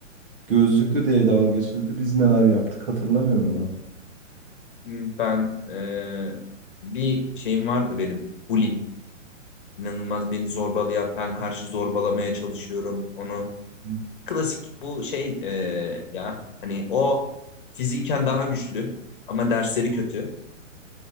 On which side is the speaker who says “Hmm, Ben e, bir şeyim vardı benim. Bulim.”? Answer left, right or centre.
Left